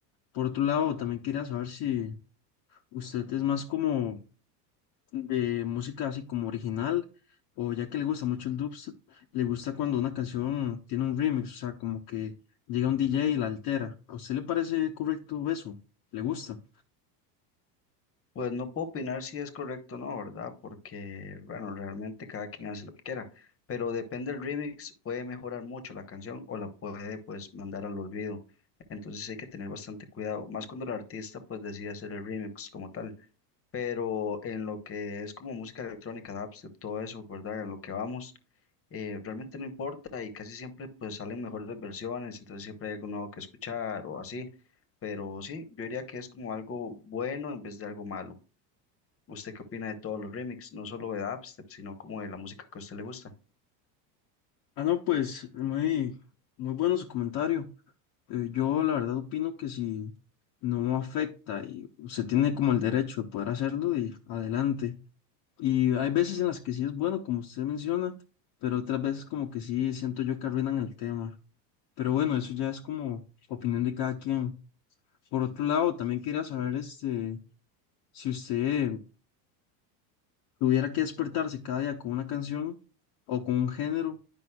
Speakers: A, on the left (about 45°); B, on the left (about 25°).
A: Por otro lado, también quería saber si usted es más como de música así como original, o ya que le gusta mucho el dubstep, le gusta cuando una canción tiene un remix, o sea, como que llega un DJ y la altera. ¿A usted le parece correcto eso? ¿Le gusta?
B: Pues no puedo opinar si es correcto o no, ¿verdad? Porque, bueno, realmente cada quien hace lo que quiera, pero depende del remix, puede mejorar mucho la canción o la puede pues mandar al olvido. Entonces hay que tener bastante cuidado, más cuando el artista pues decide hacer el remix como tal, pero en lo que es como música electrónica, dubstep, todo eso, ¿verdad? En lo que vamos, eh, realmente no importa y casi siempre pues salen mejores versiones, entonces siempre hay algo nuevo que escuchar o así, pero sí, yo diría que es como algo bueno en vez de algo malo. ¿Usted qué opina de todos los remixes? No solo de dubstep, sino como de la música que a usted le gusta.
A: Ah, no, pues muy, muy bueno su comentario. Eh, yo la verdad opino que si no afecta y usted tiene como el derecho de poder hacerlo y adelante. Y hay veces en las que sí es bueno, como usted menciona, pero otras veces como que sí siento yo que arruinan el tema. Pero bueno, eso ya es como opinión de cada quien. Por otro lado, también quería saber este, si usted tuviera que despertarse cada día con una canción o con un género,